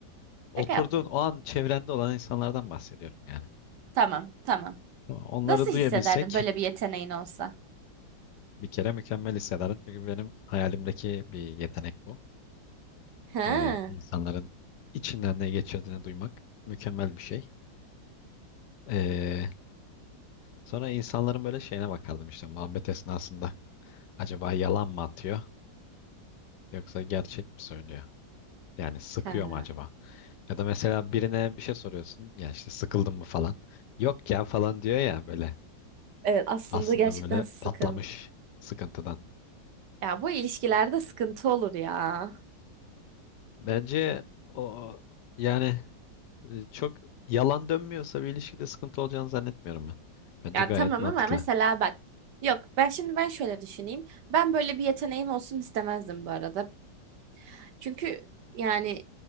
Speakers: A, on the left; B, on the right.
A: oturduğun
B: Şaka yaptım.
A: o an çevrende olan insanlardan bahsediyorum yani.
B: Tamam tamam.
A: Tamam, Onları
B: Nasıl
A: duyabilsek
B: hissederdin böyle bir yeteneğin olsa?
A: bir kere mükemmel hissederim. Çünkü benim hayalimdeki bir yetenek bu.
B: Ha.
A: Ee, insanların içinden ne geçirdiğini duymak mükemmel bir şey. Ee, sonra insanların böyle şeyine bakardım işte muhabbet esnasında. Acaba yalan mı atıyor yoksa gerçek mi söylüyor? Yani sıkıyor
B: Ha.
A: mu acaba? Ya da mesela birine bir şey soruyorsun. Ya işte sıkıldın mı falan. Yok ya falan diyor ya böyle.
B: Evet aslında
A: Aslında
B: gerçekten
A: böyle
B: sıkıntı.
A: patlamış sıkıntıdan.
B: Ya bu ilişkilerde sıkıntı olur ya.
A: Bence o yani e, çok yalan dönmüyorsa bir ilişkide sıkıntı olacağını zannetmiyorum ben. Bence
B: Ya
A: gayet
B: tamam
A: mantıklı.
B: ama mesela bak. Yok ben şimdi ben şöyle düşüneyim. Ben böyle bir yeteneğim olsun istemezdim bu arada. Çünkü yani